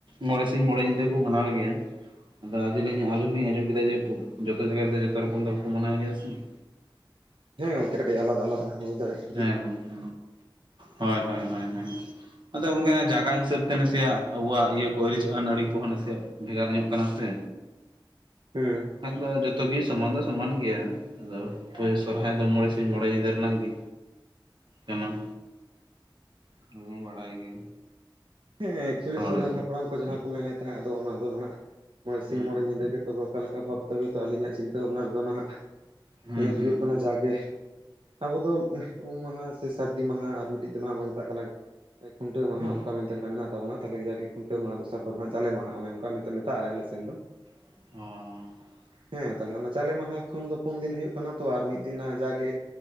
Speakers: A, on the right; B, on the right.
A: ᱢᱚᱬᱮ ᱥᱤᱧ ᱢᱚᱬᱮ ᱧᱤᱫᱟᱹ ᱠᱚ ᱢᱟᱱᱟᱣ ᱜᱮᱭᱟ ᱾ ᱟᱫᱚ ᱟᱫᱤᱞᱤᱧ ᱟᱞᱚ ᱦᱚᱸᱤᱧ ᱟᱸᱡᱚᱢ ᱠᱮᱫᱟ ᱡᱮ ᱡᱚᱛᱚ ᱡᱟᱭᱜᱟ ᱨᱮᱫᱚ ᱡᱚᱛᱚ ᱨᱚᱠᱚᱢ ᱫᱚ ᱵᱟᱠᱚ ᱢᱟᱱᱟᱣ ᱜᱮᱭᱟ ᱥᱮ ᱾
B: ᱦᱮᱸ ᱜᱚᱝᱠᱮ ᱟᱹᱰᱤ ᱟᱞᱟᱫᱟ ᱟᱞᱟᱫᱟ ᱦᱚᱸ ᱦᱩᱭ ᱫᱟᱲᱮᱜᱼᱟ
A: ᱦᱮᱸ ᱜᱚᱝᱠᱮ ᱾ᱦᱳᱭ ᱦᱳᱭ ᱦᱳᱭ ᱦᱳᱭ ᱟᱫᱚ ᱜᱚᱝᱠᱮ ᱡᱟᱜᱟ ᱦᱤᱥᱟᱹᱵ ᱛᱮ ᱱᱟᱥᱮᱭᱟᱜ ᱟᱵᱚᱣᱟᱜ ᱤᱭᱟᱹ ᱠᱚ ᱟᱹᱨᱤᱪ ᱟᱹᱱ ᱟᱹᱲᱤ ᱠᱚᱦᱚᱸ ᱱᱟᱥᱮᱭᱟᱜ ᱵᱷᱮᱜᱟᱨ ᱧᱚᱜ ᱠᱟᱱᱟ ᱥᱮ
B: ᱦᱩᱸ
A: ᱟᱫᱚ ᱡᱚᱛᱚ ᱜᱮ ᱥᱚᱢᱟᱱ ᱫᱚ ᱥᱚᱢᱟᱱ ᱜᱮᱭᱟ ᱟᱫᱚ ᱯᱮ ᱥᱚᱨᱦᱟᱭ ᱫᱚ ᱢᱚᱬᱮ ᱥᱤᱧ ᱢᱚᱬᱮ ᱧᱤᱫᱟᱹ ᱨᱮᱱᱟᱜ ᱜᱮ ᱠᱟᱱᱟ ᱾ ᱚᱱᱟ ᱢᱟ ᱵᱚᱱ ᱵᱟᱲᱟᱭ ᱜᱮ
B: ᱦᱮᱸ ᱮᱠᱪᱩᱭᱞᱤ
A: ᱡᱚᱛᱚ
B: ᱥᱮᱫᱟᱞ
A: ᱦᱚᱲ
B: ᱦᱟᱯᱲᱟᱢ ᱠᱚ ᱡᱟᱦᱟᱸ ᱠᱚ ᱢᱮᱱᱮᱫ ᱛᱟᱦᱮᱸᱫ ᱟᱫᱚ ᱚᱱᱟ ᱫᱚ ᱱᱟᱦᱟᱜ ᱢᱚᱬᱮ
A: ᱦᱮᱸ
B: ᱥᱤᱧ ᱢᱚᱬᱮ ᱧᱤᱫᱟᱹ ᱜᱮ ᱾ ᱛᱚᱵᱮ ᱚᱠᱟ ᱞᱮᱠᱟ ᱵᱷᱟᱵᱽᱛᱮ ᱦᱳᱭᱛᱚ ᱟᱹᱞᱤᱧᱟᱜ ᱪᱤᱱᱛᱟᱹ ᱵᱷᱟᱵᱽᱱᱟ ᱨᱮᱫᱚ ᱱᱟᱦᱟᱜ
A: ᱦᱩᱸ
B: ᱱᱤᱭᱟᱹ
A: ᱦᱩᱸ
B: ᱦᱩᱭᱩᱜ
A: ᱦᱩᱸ
B: ᱠᱟᱱᱟ ᱡᱟᱜᱮ ᱟᱵᱚ ᱫᱚ ᱩᱢ ᱢᱟᱦᱟ ᱥᱮ ᱥᱟᱹᱨᱫᱤ ᱢᱟᱦᱟ ᱟᱨ ᱢᱤᱫᱴᱤᱡ ᱫᱚ ᱦᱟᱜ ᱵᱚᱱ ᱢᱮᱛᱟᱜ ᱠᱟᱱᱟ ᱠᱷᱩᱱᱴᱟᱹᱣ ᱢᱟᱦᱟ
A: ᱦᱩᱸ
B: ᱾ ᱚᱱᱠᱟ ᱢᱮᱱ ᱢᱮᱱᱟᱜ ᱛᱟᱵᱚᱱᱟ ᱛᱟᱦᱞᱮ ᱡᱟᱜᱮ ᱠᱷᱩᱱᱴᱟᱹ ᱢᱟ ᱫᱚᱥᱟᱨ ᱫᱚ ᱱᱟᱦᱟᱜ ᱫᱚ ᱡᱟᱞᱮ ᱢᱟᱦᱟᱸ ᱚᱱᱮ ᱚᱱᱠᱟ ᱢᱮᱛᱟᱜᱼᱟᱞᱮ ᱟᱞᱮ ᱥᱮᱱ ᱫᱚ ᱾
A: <unintelligible>
B: ᱦᱮᱸ ᱛᱟᱦᱚᱞᱮ ᱚᱱᱟ ᱡᱟᱞᱮ ᱢᱟᱦᱟ ᱠᱷᱚᱱ ᱫᱚ ᱯᱩᱱ ᱫᱤᱱ ᱦᱩᱭᱩᱜ ᱠᱟᱱᱟ ᱛᱚ ᱟᱨ ᱢᱤᱫ ᱫᱤᱱ ᱡᱟᱜᱮ